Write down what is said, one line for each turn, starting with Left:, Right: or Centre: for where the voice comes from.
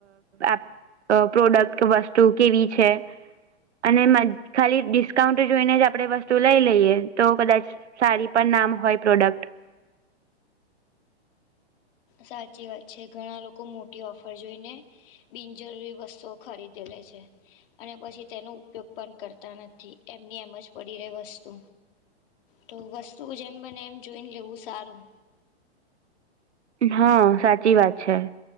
Right: અ પ્રોડક્ટ વસ્તુ કેવી છે. અને મ ખાલી ડિસ્કાઉન્ટ જોઈને જ આપણે વસ્તુ લઈ લઈએ તો કદાચ સારી પણ નામ હોય પ્રોડક્ટ
Left: સાચી વાત છે ઘણા લોકો મોટી ઓફર જોઈને. બિનજરૂરી વસ્તુઓ ખરીદે લે છે. અને પછી તેનો ઉપયોગ પણ કરતા નથી એમની એમ જ પડી રે વસ્તુ. તો વસ્તુ જેમ બને એમ જોઈન લેવું સારું.
Right: હા સાચી વાત છે.